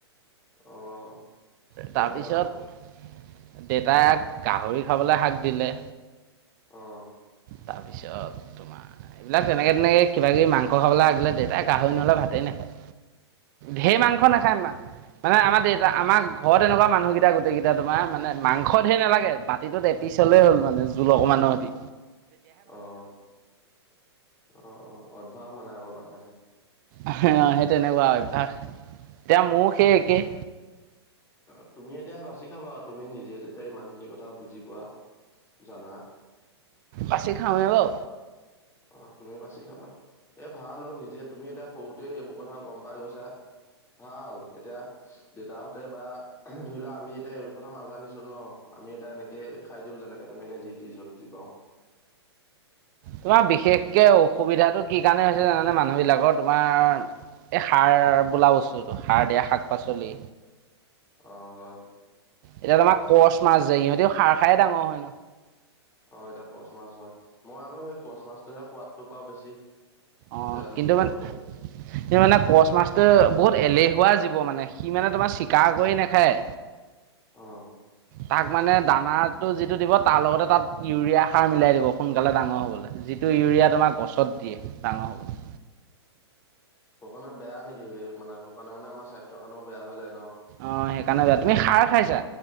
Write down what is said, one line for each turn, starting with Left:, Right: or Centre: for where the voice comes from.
Left: অ'। সেইটো
Right: তাৰপিছত,
Left: কথা আকৌ
Right: দেতাইক গাহৰি খাবলৈ শাক দিলে।
Left: অ'।
Right: তাৰপিছত তোমাৰ এইবিলাক তেনেকে তেনেকে কিবা কিবি মাংস খাবলৈ আগিলে দেউতাই গাহৰি নহ'লে ভাতেই নাখে।
Left: <inaudible>
Right: ঢেৰ মাংস
Left: হয়নে
Right: নাখায় আমাৰ। মানে আমাৰ দেউত, আমাৰ ঘৰত এনেকুৱা মানুহকেইটা গোটকেইটা তোমাৰ মানে মাংসৰ ধেৰ নালাগে বাতিটোত এ চলে হ'ল মানে জোলক মানহতি।
Left: অ' অ' অ' অভ্য়াস মানে আগৰ পৰাছে।
Right: আহ সেই তেনেকুৱা অভ্য়াস, এতিয়া মোৰ সেই একেই
Left: অ' তুমি এতিয়া বাচি খাবা আৰু তুমি নিজে যেতিয়া ইমান খিনি কথা বুজি পোৱা। জানা।
Right: পাচি খাওঁে বাৰু।
Left: অ' তুমি বাছি খাবা, এ ভাল নিজে তুমি এতিয়া সৰুতে এইবোৰ কথা গম পাই গৈছা ভাল এতিয়া দেউতাহঁতে বা ধৰি লোৱা আমি এতিয়া এই কথা নাজানিছিলো ন। আমি এটা এনেকে খাই দিওঁ যেনেকে তেনেকে যি টি যত জি পাওঁ।
Right: তোমাৰ বিশেষকে অসুবিধাতটো কি কাৰণে হৈছে জানে মানুহ বিলাকৰ, তোমাৰ এই সাৰ বোলা বস্তুটো সাৰ দিয়া শাক পাচলি।
Left: অ' হয়।
Right: এতিয়া তোমাৰ কচ মাছ যায় ইিহঁতিও খাৰ খায় ডাঙৰ হয়।
Left: অ' এতিয়া কচ মাছ হয়, মই আকৌ সেই কচ মাছটোহে সোৱাদটো পাওঁ বেছি।
Right: অ'
Left: এতিয়া লোকেলতকে
Right: কিন্তু মান কিন্ত মানে কচ মাছটো বহুত এলেহুৱা জীৱ মানে সি মানে তোমাক চীকাৰ কৰি নাখায়।
Left: আহ।
Right: তাক মানে দানাটো যিটো দিব তাৰ লগতে তাত ইউৰিয়া সাৰ মিলাই দিব সোনকালে ডাঙৰ হবলৈ, যিটো যিটো ইউৰিয়া তোমাক গছত দিয়ে ডাঙৰ হ'লে।
Left: <inaudible> শুানে বেয়া নেকি স মানে শুানোনে আমাৰ সাস্থ্য কাৰণেয়া যায় ন।
Right: অ' সেইকাৰণে বেয়া, তুমি খাৰ খাইছা।